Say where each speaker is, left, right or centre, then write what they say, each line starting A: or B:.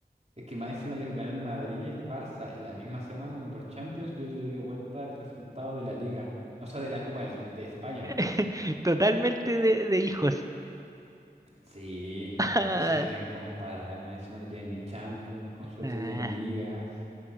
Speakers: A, on the right; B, on the right.
A: Es que más encima les ganó el Madrid y el Barça en la misma semana, uno por Champions y otro le dio vuelta al resultado de la Liga. O sea, de la Copa del- de España,
B: <laughs>
A: perdón.
B: Totalmente de, de hijos.
A: Sí,
B: <laughs>
A: y se quieren comparar, más encima no tienen ni Champions, con suerte
B: Ah,
A: tienen ligas.